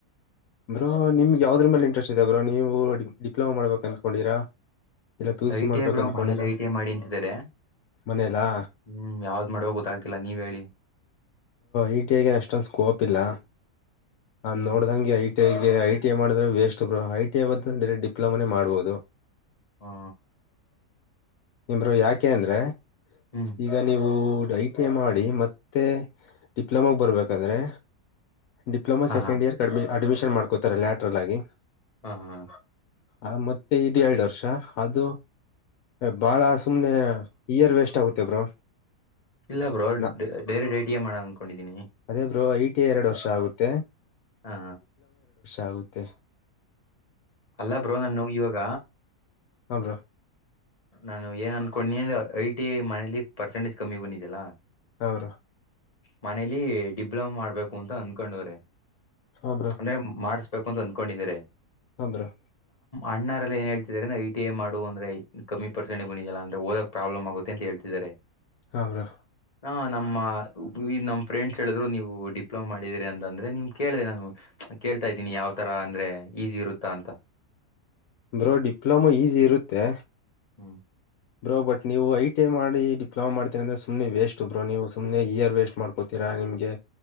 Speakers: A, on the left; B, on the left.
A: ಬ್ರೋ ನಿಮ್ಗೆ ಯಾವ್ದ್ರ ಮೇಲೆ ಇಂಟ್ರೆಸ್ಟ್ ಇದೆ ಬ್ರೋ ನೀವುಡಿ ಡಿಪ್ಲೊಮಾ ಮಾಡ್ಬೇಕು ಅಂದತ್ಕೊಂಡಿರಾ ಇಲ್ಲ ಪಿು
B: ಐ
A: ಸಿ ಮಾಡ್ಬೇಕ
B: ಟಿ ಐ ಬ್ರೋ
A: ಅಂದಕೊಂಡಿರ
B: ಮನೇಲಿ ಐ ಟಿ ಐ ಮಾಡಿ ಅಂತಿದ್ದಾರೆ
A: ಮನಲ್ಲಾ
B: ಹ್ಮ್ ಯಾವ್ದ್ ಮಾಡುವ ಗೊತ್ತಾಗ್ತಿಲ್ಲ ನೀವ್ ಹೇಳಿ
A: ಐ ಟಿ ಆಗ ಅಷ್ಟೊಂದ ಸ್ಕೋಪ್ ಇಲ್ಲ ನ
B: ಹ್ಮ್
A: ನೋಡ್ದಂಗೆ ಗೆ ಐಟ ಎ ಮಾಡಿದ್ರೆ ವೇಸ್ಟ್ ಬ ಐಟ ಡಿಪ್ಲೋಮಾನೇ ಮಾಡ್ಬಹುದು
B: ಹೂ
A: ನಿ ಬ್ರೋ ಯಾಕೆ ಅಂದ್ರೆ
B: ಹ್ಮ್
A: ಈಗ ನೀವು ಡೈ ಮಾಡಿ ಮತ್ತೆ ಡಿಪ್ಲೊಮಾಗ ಬರ್ಬೇಕಾದ್ರೆ ಡಿಪ್ಲೊಮಾ
B: ಹಾ
A: ಸೆಂಡ್
B: ಹಾ
A: ಇಯರ್ ಕ ಅಡ್ಮಿಷನ್್ಕೋತಾರಲ್ಲಾ ಸಿಂಪಲ್ ಆಗಿ
B: ಹ ಹಾ ಹಾ
A: ಆ ಮತ್ತೆ ಇದು ಎರಡು ವರ್ಷ ಅದು ಬಾಳ ಸುಮನೆ ಇಯರ್ ವೇಸ್ಟ್ ಆಗುತ್ತೆ ಬ್ರೋ
B: ಇಲ್ಲ ಬ್ರೋ
A: ನ
B: ಬಡೇರೆ ಐ ಟಿ ಎ ಮಾಡ ಅನ್ಕೊಂಡಿದ್ದೀನಿ
A: ಅದೇ ಬ್ರೋ ಐ ಟಿ ಎರಡು ವರ್ಷ ಆಗುತ್ತೆ
B: ಹಾ
A: ಾಗುತ್ತೆ
B: ಅಲ್ಲ ಬ್ರೋ ನಾನು ಇವಾಗ
A: ಹಾ ಬ್ರೋ
B: ನಾನು ಏನ್ ಅನ್ಕೊಂಡನ ಅಂದ್ರ ಐ ಟಿ ಮನಲಿ ಪರ್ಸೆಂಟೇಜ್ ಕಮ್ಮಿ ಬಂದಿದ್ದಲ್ಲಾ
A: ಅವೌರ
B: ಮನೇಲಿ ಡಿಪ್ಲೊಮ ಮಾಡ್ಬೇಕು ಅಂತ ಅಂದಕೊಂಡವ್ರೆ
A: ಹ
B: ಅ ಮಾಡ್ಸ್ ಹೇಕು ಅಂತ ಅಂದ್ಕೊಂಡಿದಿದ್ದಾರೆ
A: ಹಾ ಬ್ರೋ
B: ಅಣ್ಣಾರಲ್ಲಿ ಏನ್ ಹೇಳ್ಿದಿದ್ದಾರೆಂದ್ರ ಐ ಟ ಐ ಮಾಡು ಅಂದ್ರೆ ಕಮ್ಮಿ ಪರ್ಸೆಟ್ ಬಂದಿದ ಅಲ್ಲ ಅಂದ್ರೆಓದಕ್ ಪ್ರಾಬ್ಲಮ್ ಆಗುತ್ತೆ ಅಂತ ಹೇಳ್ತಿದ್ದಾರೆ
A: ಹಾ ಬ್ರೋ
B: ಹ ನಮ್ಮ ಈ ನಮ್ಮ ಫ್ರೆಂಡ್ಸ್ ಹೇಳಿದ್ರು ನೀವು ಡಿಪ್ಲೊಮ ಮಾಡಿದೀರಿ ಅಂತ ಅಂದ್ರೆ ನಿಮ್ಗೆ ಕೇಳಿದೆ ನಾನು ಕೇಳ್ತಾ ಇದ್ದೀನಿ ಯಾವ ತರ ಅಂದ್ರೆ ಈಸಿ ಇರುತ್ತಾ ಅಂತ
A: ಬ್ರೋ ಡಿಪ್ಲೊಮಾ ಈಸಿ ಇರುತ್ತೆ
B: ಹೂ
A: ಬ್ರೋ ಬಟ್ ನೀವು ಐ ಟಿ ಐ ಮಾಡಿ ಡಿಪ್ಲೊಮಾ ಮಾಡ್ತೀರ ಅಂದ್ರೆ ಸುಮ್ನೆ ವೇಸ್ಟ್ ಬ್ರೋ ನೀವು ಸುಮ್ನೆ ಇಯರ್ ವೇಸ್ಟ್ ಮಾಡ್ಕೋತೀರಾ ನಿಮ್ಗೆ